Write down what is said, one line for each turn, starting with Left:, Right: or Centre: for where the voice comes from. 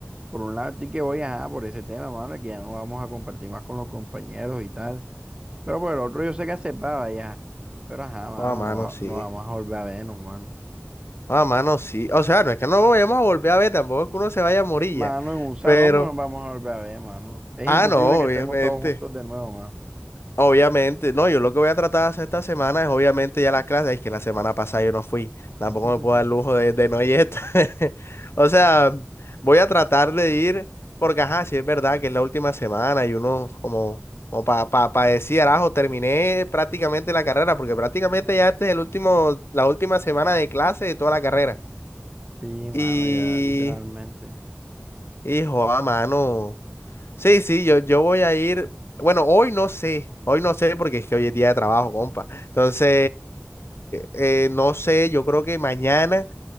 Right: por un lado estoy que voy a por ese tema, mano, de que ya no vamos a compartir más con los compañeros y tal. Pero por el otro yo sé que aceptaba ya. Pero ajá, mano,
Left: Ah, mano,
Right: no, va-
Left: sí.
Right: no vamos a volver a vernos, mano.
Left: Ah, mano, sí. O sea, no es que no lo vayamos a volver a ver, tampoco es que uno se vaya a morir
Right: Mano, en un salón
Left: Pero,
Right: no nos vamos a volver a ver, mano. Es
Left: ah,
Right: imposible
Left: no,
Right: que
Left: obviamente.
Right: estemos todos juntos de nuevo, mano.
Left: Obviamente. No, yo lo que voy a tratar de hacer esta semana es obviamente ya las clases. Es que la semana pasada yo no fui. Tampoco
Right: <laughs>
Left: me puedo dar el lujo de, de no ir esta. <laughs> O sea, voy a tratar de ir, porque ajá, sí es verdad que es la última semana y uno como, como para pa, pa pa decir, arajo, terminé prácticamente la carrera, porque prácticamente ya este es el último, la última semana de clase de toda la carrera.
Right: Sí, mano,
Left: Y,
Right: ya, literalmente.
Left: hijo, a mano. Sí, sí, yo, yo voy a ir. Bueno, hoy no sé. Hoy no sé porque es que hoy es día de trabajo, compa. Entonces, eh, no sé, yo creo que mañana,